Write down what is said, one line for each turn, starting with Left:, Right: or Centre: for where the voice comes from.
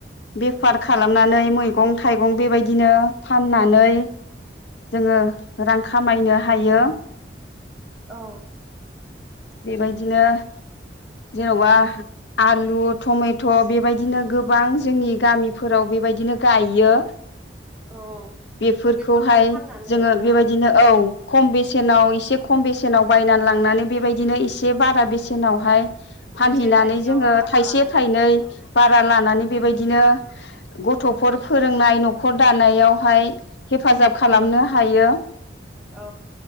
Left: बेफार खालामनानै मैगं-थाइगं बेबायदिनो फाननानै जोंङो रां खामायनो हायो।
Centre: औ
Left: बेबायदिनो जेन'बा आलु टमेट' बेबायदिनो गोबां जोंनि गामिफोराव बेबायदिनो गायो।
Centre: औ
Left: बेफोरखौहाय
Centre: बेफोरखौ फाननानै
Left: जोंङो
Centre: ना
Left: बेबायदिनो औ खम बेसेनाव आव इसे खम बेसेनाव बायनानै लांनानै बेबायदिनो इसे बारा बेसेनावहाय
Centre: थाइसे
Left: फानहैनानै
Centre: थाइनैयाव
Left: जोंङो
Centre: बारा
Left: थाइसे
Centre: लानानै
Left: थाइनै
Centre: औ
Left: बारा लानानै बेबायदिनो गथ'फोर फोरोंनाय न'खर दानायावहाय हेफाजाब खा खालामनो हायो ।
Centre: औ